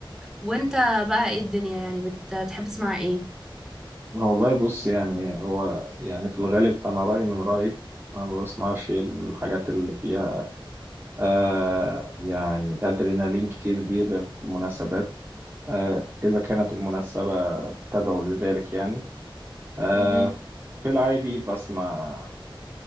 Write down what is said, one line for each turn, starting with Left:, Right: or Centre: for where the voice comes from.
Centre: وأنت بقى إيه الدنيا يعني بت- بتحب تسمع إيه؟
Right: هو والله بص يعني هو يعني في الغالب انا رايي من رايك انا ما بسمعش الحاجات اللي فيها آه يعني ادرينالين كتير دي غير في المناسبات آه اذا كانت المناسبه تدعو لذلك يعني آه
Centre: مهم.
Right: في العادي بسمع